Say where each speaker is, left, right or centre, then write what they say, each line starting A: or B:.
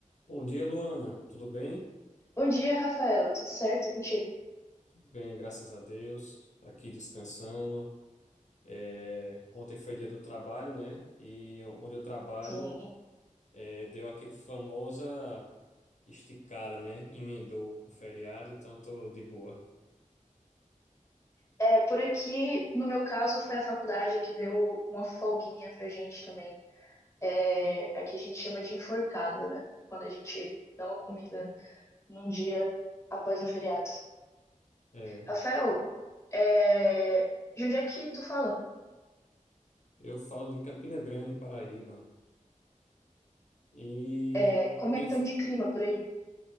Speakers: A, on the left; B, on the left.
A: Bom dia, Luana. Tudo bem?
B: Bom dia, Rafael. Tudo certo? e Mentira.
A: Tudo bem, graças a Deus. Aqui descansando. É, ontem foi dia do trabalho, né? E onde eu trabalho,
B: Sim.
A: é, deu aquele famosa esticada, né? Emendou o feriado, então tô de boa.
B: É, por aqui, no meu caso, foi a faculdade que deu uma folguinha pra gente também. É, aqui a gente chama de enforcada, né? Quando a gente dá uma comida num dia após um feriado.
A: É,
B: Rafael, é, de onde é que tu fala?
A: eu falo de Campina Grande, Paraíba. E
B: É, como
A: quem
B: é que estamos de clima por aí?